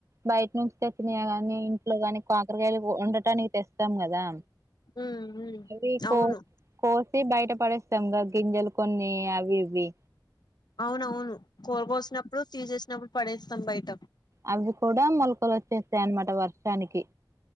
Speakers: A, on the right (about 40°); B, on the left (about 60°).
A: బయట్ నుంచి తెచ్చినయ్ గాని, ఇంట్లో గాని కాకరగాయలు ఓ వండటానికి తెస్తాం గదా.
B: ఉమ్ ఉమ్
A: అవి కో
B: అవును
A: కోసి బయట పడేస్తాముగా గింజలు కొన్ని అవ్వి ఇ వి
B: అవునవును కోర కోసినప్పుడు, తీసేసినప్పుడు పడేస్తాం బయట
A: అవ్వి కూడా మొలకలు ఒచ్చేస్తాయి అనమాట వర్షానికి